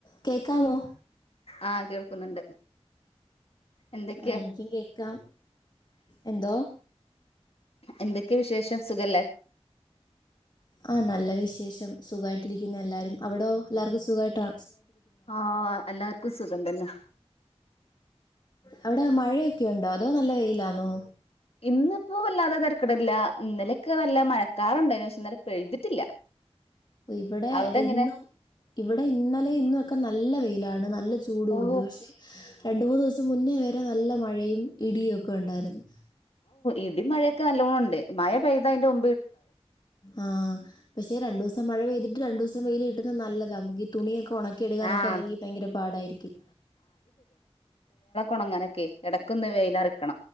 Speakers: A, on the left; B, on the left.
A: കേക്കാവോ
B: ആ കേൾക്കുന്നുണ്ട്. എന്തൊക്കെയാ
A: ആ എനിക്കും കേക്കാം എന്തോ
B: എന്തൊക്കെയ വിശേഷം സുഖല്ലേ
A: ആ നല്ല വിശേഷം സുഖായിട്ടിരിക്കുന്നെല്ലാരും. അവിടോ എല്ലാർക്കും സുഖായിട്ടാ
B: ആ എല്ലാർക്കും സുഖം തന്ന.
A: അവിടെ മഴയൊക്കെയുണ്ടോ, അതോ നല്ല വെയിലാന്നോ?
B: ഇന്നിപ്പൊ വല്ലാതെ തരക്കെടില്ല ഇന്നലെക്കെ നല്ല മഴക്കാറുണ്ടാനു, പക്ഷെ ഇന്നലെ പെയ്തിട്ടില്ല.
A: ഇവ്ടെ
B: അവിടെ എങ്ങനെ
A: ഇന്നും ഇവടെ ഇന്നലേം ഇന്ന് ഒക്കെ നല്ല വെയിലാണ് നല്ല ചൂടു
B: ഓ
A: ഒണ്ട്. പക്ഷേ രണ്ട് മൂന്ന് ദിവസം മുന്നേ വരെ നല്ല മഴയും ഇടിയൊക്കെ ഉണ്ടാരുന്ന്.
B: ഇടിമഴയൊക്ക നല്ലോണൊണ്ട് മഴ പെയ്തയിന്റെ ഒ
A: ആ പക്ഷെ രണ്ടുവസം മഴ പെയ്തിട്ട് രണ്ടുവസം വെയില് കിട്ടുന്നത് നല്ലതാ ങ്കി തുണിയൊക്ക ഒണക്കിയെടുകാനൊക്കെ
B: ആഹ്
A: അല്ലെങ്കി പയങ്കര പാടായിരിക്കും.
B: ഒണങ്ങാനൊക്കെ എടക്കൊന്ന് വെയ്ലാറി